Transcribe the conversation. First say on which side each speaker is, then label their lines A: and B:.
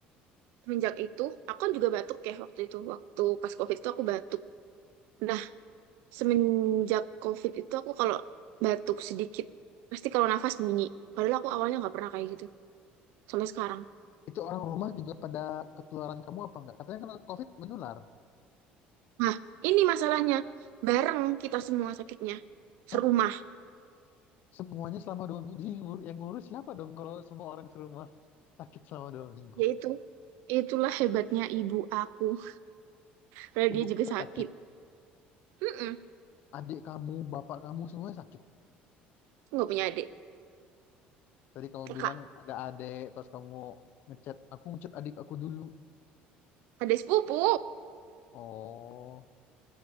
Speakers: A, on the right; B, on the left.
A: semenjak itu aku kan juga batuk ya waktu itu waktu pas covid itu aku batuk nah semenjak covid itu aku kalau batuk sedikit pasti kalau nafas bunyi padahal aku awalnya nggak pernah kayak gitu sampai sekarang
B: Itu orang rumah juga pada ketularan kamu apa enggak? Katanya kena COVID menular.
A: nah ini masalahnya bareng kita semua sakitnya
B: Hah?
A: serumah
B: Semuanya selama dua minggu. Jadi yang ngur- yang ngurus siapa dong kalau semua orang serumah sakit selama dua minggu?
A: yaitu itulah hebatnya ibu aku padahal
B: Ibuku
A: dia juga
B: juga
A: sakit
B: sakit.
A: Mm-mm.
B: Adik kamu, bapak kamu semuanya sakit.
A: Aku nggak punya adik
B: Tadi kamu
A: kakak
B: bilang ada adik pas kamu ngechat. Aku ngechat adik aku dulu.
A: adik sepupu
B: Oh,